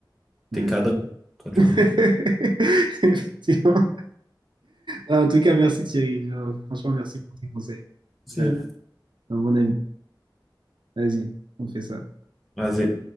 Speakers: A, on the right (about 75°); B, in the centre.
A: ouais.
B: t'es cadré quand tu
A: <laughs>
B: vois.
A: Effectivement. En tout cas, merci Thierry. Genre, Franchement, merci pour tes conseils.
B: Si.
A: Euh, un bon ami. Vas-y, on fait ça.
B: Vas-y.